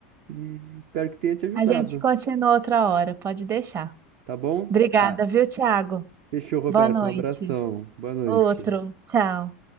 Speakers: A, on the right; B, on the right.
A: e espero que tenha te ajudado,
B: A gente continua outra hora, pode deixar.
A: tá bom?
B: Obrigada,
A: Tá.
B: viu, Thiago?
A: Fechou, Roberto.
B: Boa noite.
A: Um abração. Boa noite.
B: Outro. Tchau.